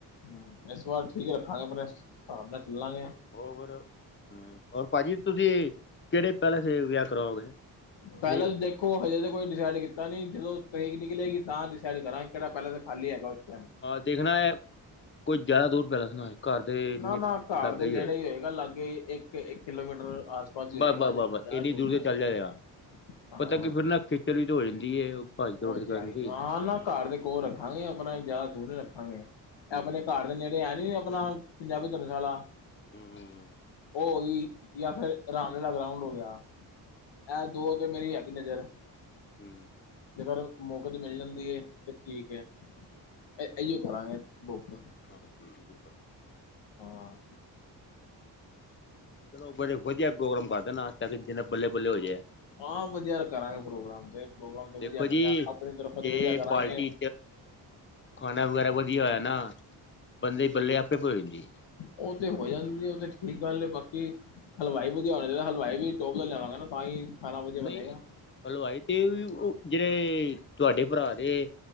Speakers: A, on the left; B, on the left.
A: ਹਮ ਇਸ ਵਾਰ ਠੀਕ ਰੱਖਾਂਗੇ ਮਣੇ ਹਿਸਾਬ ਨਾਲ ਚੱਲਾਂਗੇ
B: ਹੋ ਫਿਰ ਹਮ ਹੋਰ ਪਾਜੀ ਤੁਸੀਂ ਕਿਹੜੇ ਪਹਿਲੇ ਵਿਆਹ ਕਰਵਾਓਗੇਏ
A: ਪੈਲੇਸ
B: ਨਹੀਂ
A: ਦੇਖੋ ਹਜੇ ਤਾਂ ਕੋਈ ਡਿਸਾਈਡ ਕੀਤਾ ਤਾਂ ਨਹੀਂ ਜਦੋਂ ਤਰੇਕ ਨਿਕਲੇਗੀ ਤਾਂ ਡਿਸਾਈਡ ਕਰਾਂਗੇ ਕਿਹੜਾ ਪਹਿਲਾਂ ਤਾਂ ਖਾਲੀ ਹੈਗਾ ਉਸ ਟਾਈਮ
B: ਦੇਖਣਾ ਹੈ ਕੁਝ ਜ਼ਿਆਦਾ ਦੂਰ ਪੈਲੇਸ ਨਾ ਹੋਏ ਘਰ ਦੇ
A: ਨਾ ਨਾ ਘਟ
B: ਲਾਗੇ
A: ਦੇ ਨੇੜੇ
B: ਹੋਏ
A: ਹੀ ਹੋਏਗਾ ਲਾਗੇ ਇੱਕ ਇੱਕ ਕਿਲੋਮੀਟਰਸ ਹੋਗਾ
B: ਬਸ ਬਸ
A: ਜ਼ਿਆ
B: ਬਸ ਬਸ ਇੰਨੀ
A: ਦੂਰ ਨ
B: ਤੇ
A: ਹੋਏਗਾ
B: ਚੱਲ ਜਾਏਗਾ
A: ਹਾਂ
B: ਪਤਾ ਕੀ ਫਿਰ ਨਾ ਖੇਚਲ ਵੀ ਤਾਂ ਹੋ ਜਾਂਦੀ ਹੈ ਭੱਜ
A: ਉਹ
B: ਦੌੜ ਕਰਨ
A: ਤੇ ਆਈ
B: ਦੀ
A: ਹਾਂ ਨਾ ਘਰ ਦੇ ਕੋ ਰੱਖਾਂਗੇ ਆਪਣਾ ਜ਼ਿਆਦਾ ਦੂਨੇ ਰੱਖਾਂਗੇ
B: ਹੂੰ
A: ਆਪਣੇ ਘਰ ਨੇੜੇ ਹੈ ਨੀ ਆਪਣਾ ਪੰਜਾਬੀ ਧਰਨਸ਼ਾਲਾ
B: ਹਮ ਹਮ ਹਮ
A: ਉਹ ਗਈ ਜਾਂ ਫੇਿਰ ਆਰਾਮ ਨਾਲ ਲਗਰਾਊਂਡ ਹੋ ਗਿਆ ਐ ਦੋ ਤੇ ਮੇਰੀ ਹੈਗੀ ਨਜ਼ਰ
B: ਹਮ
A: ਜੇਕਰ ਮੌਕੇ ਤੇ ਮਿਲ ਜਾਂਦੀ ਹੈ ਤੇ ਠੀਕ ਹੈ ਅਓ ਕਰਾਂਗੇ ਬੁੱਕ
B: ਹਾਂਜੀ
A: ਹਾਂ
B: ਚਲੋ ਵਧੇ ਵਧੀਆ ਪ੍ਰੋਗਰਾਮ ਕਰਦੇ ਨਾ ਤਾਂਕ ਜਿੰਨੇ ਬੱਲੇ ਬੱਲੇ ਹੋ ਜਾਏ
A: ਹਾਂ ਵਧੀਆ ਕਰਾਂਗੇ ਪ੍ਰੋਗਰਾਮ ਤੇ ਪ੍ਰੋਗਰਾਮ ਤੇ ਵਧੀਆ
B: ਦੇਖੋ
A: ਕਰਨਾ
B: ਜੀ
A: ਆਪਣੀ ਤਰਫ਼ਾ ਤੇ
B: ਜੇ
A: ਵਧੀਆ ਕਰਾਂਗੇ
B: ਪਾਰਟੀ ਖਾਣਾ ਵਗੈਰਾ ਵਧੀਆ ਹੋਇਆ ਨਾ ਬੰਦੇ ਬੱਲੇ ਆਪੇ ਭ ਜਾਂਦੀ
A: ਉਹ ਤੇ ਹੋ ਜਾਂਦੀ ਹੈ ਉਹ ਤੇ ਠੀਕ ਗੱਲ ਬਾਕੀ ਹਲਵਾਈ ਵਧੀਆ ਹੋਣਾ ਚਾਹੀਦਾ ਹਲਵਾਈ ਵੀ ਟੋਪ ਦਾ ਲਵਾਂਗੇ ਨਾ ਤਾਂ ਹੀ ਖਾਣਾ ਵਧੀਆ ਬਣੇਗਾ।
B: ਨਹੀਂ ਹਲਵਾਈ ਤੇ ਉਹ ਜਿਹੜੇ ਤੁਹਾਡੇ ਭਰਾ ਦੇ